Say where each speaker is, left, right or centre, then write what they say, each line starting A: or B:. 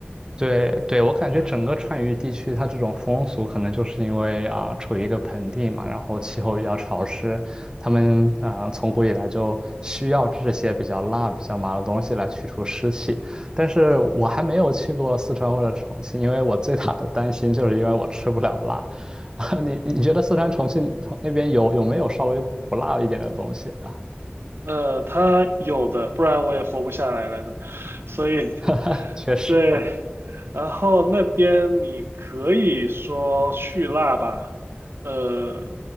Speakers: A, on the right; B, on the right.
A: 对对，我感觉整个川渝地区，它这种风俗可能就是因为啊、处于一个盆地嘛，然后气候比较潮湿，他们呃从古以来就需要这些比较辣、比较麻的东西来去除湿气。但是我还没有去过四川或者重庆，因为我最大的担心就是因为我吃不了辣。<laughs> 啊，你你觉得四川重庆那边有有没有稍微不辣一点的东西啊？
B: 呃，他有的，不然我也活不下来了的。所以，
A: <laughs> 确实，
B: 对，然后那边你可以说去辣吧。呃，